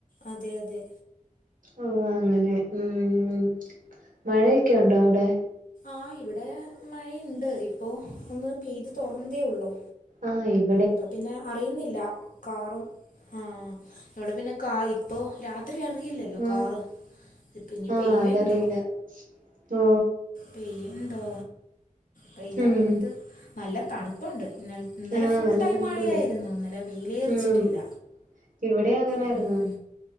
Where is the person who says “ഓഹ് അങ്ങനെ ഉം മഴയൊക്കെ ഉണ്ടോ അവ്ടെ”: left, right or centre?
Right